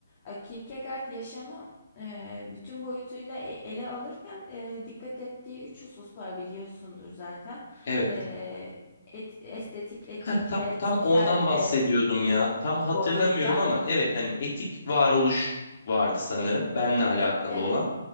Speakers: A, on the left; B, on the left.
A: eee, Kierkegaard yaşamı, eee, bütün boyutuyla e ele alırken, eee, dikkat ettiği 3 husus var biliyorsundur zaten.
B: Evet.
A: Eee, et estetik, etik
B: Ha, tam
A: ve
B: tam
A: tinsel,
B: ondan bahsediyordum
A: eee,
B: ya. Tam hatırlamıyorum
A: boyutlar.
B: ama evet hani etik varoluş vardı sanırım benle alakalı
A: Evet,
B: olan.